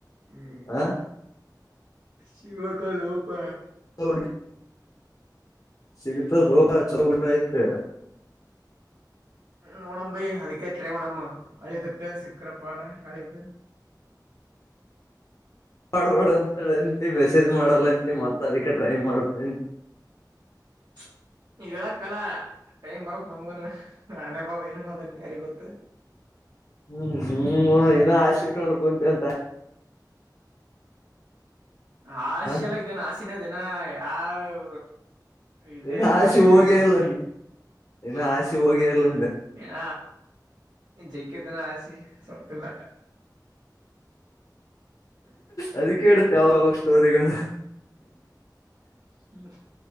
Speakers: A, on the right; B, on the left.
A: ಹ್ಮ್
B: ಆ
A: ಸಿಗ್ಬೇಕಲ್ಲ ಪ
B: ಹೌ ಸಿಗ್ತದ ರೋಗ ಚಟಐತೆ
A: ನೋಣಂಬೈಿ ಅದ ಕೇಟ್ರೀವ ನಮ್ಮ ಅಳದುಕ್ಕೆ ಸಕ್ಕ್ರ ಪಾಡ ಅಳದು
B: ಮಾಡಬಡಂತಳಂತ ಮೆಸೇಜ್ ಮಾಡಲ್ಲ ಅಂತ ಮತ್ತತ್ ಅದಕ್ಕೆ ಟ್ರೈ ಮಾಡಂತ
A: <inaudible> ಈ ಹೇಳ ಕಲ್ಲ ಟೈಮ್ ಬರತ್ ನಮಗನ್ ನಾನೆ ಬರದ ಏನರದನ್ ಯಾರಿ ಗೊತ್ತ
B: ಹ್ಮ್ ಹ್ಮ್ ಇನ್ನ ಆಸೆ ಇಟ್ಕೊಂಡ್ ಕುಂತ ಅಂತ
A: ಆಸೆ
B: ಆ
A: ಎಲ್ಲನ್ ಆಸಿನ ದಿನ ಯಾವ ಇದೇ
B: ನೀನು
A: ಎಲ್ಲ
B: ಆಸೆ
A: ಬೇರೆ
B: ಹೋಗೇ
A: ಇರೋದ
B: ಅಲ್ಲ
A: ಮೇಲೆ
B: ನೀನು ಆಸೆ ಹೋಗಿ ಅಲ್ಲ
A: ಏನ ಜೈಗದನ ಆಸಿ ಸಲ್ತಲ್ಲ
B: ಅದ ಕುತ್ತ ಯಾವಾವ ಸ್ಟೋರಿಗಳು
A: ಹ